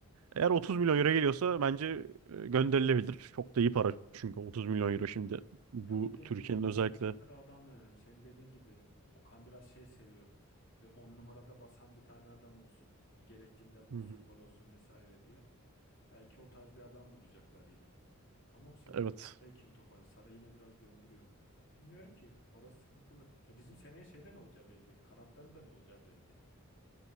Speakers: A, on the right (about 75°); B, on the left (about 55°).
A: Eğer 30 milyon euro geliyorsa bence e, gönderilebilir. Çok da iyi para çünkü 30 milyon euro şimdi bu
B: Ya bir de yerine
A: Türkiye'nin özellikle.
B: bakacakları
A: Hı
B: adam da önemli. Senin dediğin gibi Okan biraz şey seviyor. Ve on numarada basan bir tane adam olsun. Hani gerektiğinde vursun,
A: hı.
B: gol olsun vesaire diye. Belki o tarz bir adam bulacaklar yine. Ama bu sefer
A: Evet.
B: ortayı kim topar? Saray yine biraz döndürüyor. Bilmiyorum ki. Orası sıkıntılı. Ya bizim seneye şeyde ne olacağı belli değil. Kanatların da ne olacağı belli değil.